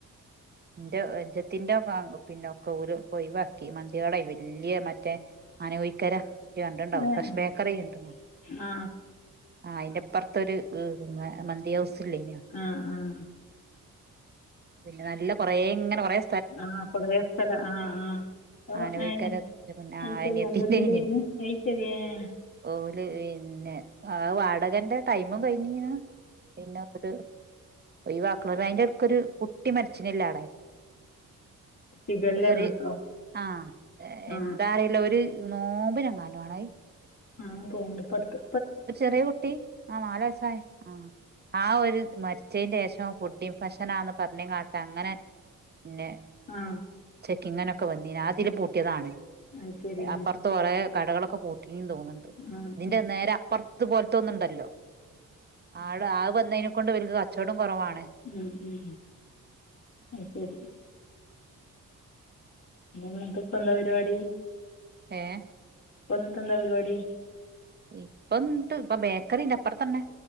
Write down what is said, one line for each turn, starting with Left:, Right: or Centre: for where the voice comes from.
Right: ന്റെ അ ഞ്ചത്തിന്റെപിന്നൊക്കെഓല് ഒയ് വാക്കി മന്തികടെയ് വെല്യേ മറ്റേ അന ഒയ്ക്കര ഇയ്യ്കണ്ട്ണ്ടാവും
Left: അങ്ങനെ
Right: ഫ്രഷ് ബേക്കറി ണ്ടന്നോ
Left: ആ
Right: ആഅയ്ന്റെപ്പുറത്തൊരു മമന്തി ഹൗസ് ഇല്ലേയ്നോ
Left: ആഹ്ആഹ്
Right: പിന്നെ നല്ല കൊറേങ്ങനെകൊറേ
Left: ആഹ് കൊറയസ്ഥല ആഹ് ആഹ്
Right: ആനകുഴിക്കര
Left: ഏ
Right: പിന്നെ
Left: അശെരി
Right: അനിയത്തിന്റെനി
Left: അജജത്തിന്റെണ് അയ് ശരി ആഹ് -
Right: ഓല് ഇന്നെ ആ വാടകന്റെ ടൈമും കൈഞ്ഞീന്ന് പിന്നെ അങ്ങ്ട് ഒയ്വാക്കള അയിന്റെട്‌ക്കൊരു കുട്ടി മരിച്ചിനില്ലാടെ
Left: ഷിഗെല്ലാണ്
Right: ഒരു ചെറി
Left: കേട്ടോ
Right: ആഹ്
Left: ആ
Right: എന്താഅറിയില്ലഒര് നോബിനങ്ങാനു ആണേഹ്
Left: ആ തോൺണ്ട്പ്പട്‌ത്ത്
Right: ഒര്ചെറ്യേകുട്ടി ആനാല് വയസായെ ആആഒര്മരി ച്ചേന്റെഷംഫുഡ്ഡിംഫഷനാന്ന് പറഞ് കാട്ടഅങ്ങനെ ന്നെ
Left: ആ
Right: ചെക്കിങ്ങനൊക്കെ വന്നീന് ആതില് പൂട്ട്യേതാണ്
Left: അത് ശരി
Right: അപ്പൊർത്ത് കൊറേ കടകളൊക്കെപൂ തീംതോന്ന്ണ്ട്
Left: ആഹ്
Right: നേരെ അപ്പൊർത്ത് പോൽത്തൊന്നുണ്ടല്ലോ ആട ആവന്നയ്നെകൊണ്ട് ഇവര്ക്ക്‌ കച്ചോടം കൊറവാണ്
Left: മ് ഹ് മ് ഹ് ആ ശരി <unintelligible> ഇപ്പ എന്താ പരിപാടി
Right: ഏഹ്
Left: ഇപ്പ നിങ്ങക്കെന്തപരിപാടി
Right: ഇപ്പൊ ബേക്കറിന്റെ അപ്പറത്ത് തന്നെ